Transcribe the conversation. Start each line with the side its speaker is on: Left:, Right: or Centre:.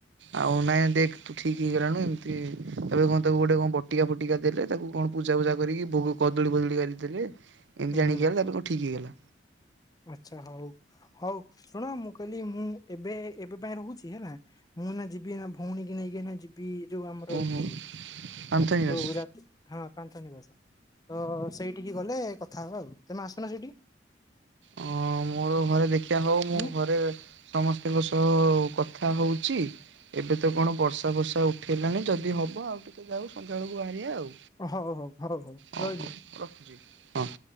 Right: ଆଉ ନାଇଁ ଦେଖ ତୁ ଠିକ୍ ହେଇଗଲୁଣି। ଏମିତି ଏ କଣ ତାକୁ ଗୋଟେ କଣ ବଟିକା ଫଟିକା ଦେଲେ ତାକୁ କଣ ପୂଜା ଫୁଜା କରିକି ଭୋଗ କଦଳୀ ଫଦଳି ଆଣିକି ଦେଲେ। ଏମିତି ଆଣିକି
Left: ହୁଁ
Right: ଆଇଲା ତାପରେ କଣ ଠିକ୍ ହେଇଗଲା।
Left: ଆଚ୍ଛା ହଉ ହଉ ଶୁଣ, ମୁଁ କହିଲି ମୁଁ ଏବେ ଏବେ ପାଇଁ ରହୁଛି ହେଲା। ମୁଁ ନା ଯିବି ନା ଭଉଣୀ କି ନେଇକି ନା ଯିବି ଯୋଉ ଆମର
Right: ଓହୋ
Left: ଏଇଠି
Right: ଆନ୍ଥୋନୀ ଦାସ
Left: ଯୋଉ ଯା ହଁ ପାନ୍ଥ ନିବାସ ତ ସେଇଠିକି ଗଲେ କଥା ହବା ଆଉ ତମେ ଆସୁନ ସେଇଠିକି।
Right: ଅଁ ମୋର ଘରେ ଦେଖିବା ହଉ ମୁଁ
Left: ହୁଁ
Right: ଘରେ ସମସ୍ତିଙ୍କ ସହ କ ଥା ହଉଚି? ଏବେ ତ କଣ ବର୍ଷା ଫର୍ଷା ଉଠାଇଲାଣି ଯଦି ହେବ ଆଉ ଟିକେ ଯାଉ ସନ୍ଧ୍ୟାବେଳକୁ ବାହାରିବା ଆଉ।
Left: ହଉ ହଉ ହଉ
Right: ହଉ
Left: ରହିଲି।
Right: ହଉ ରଖୁଛି ହଁ।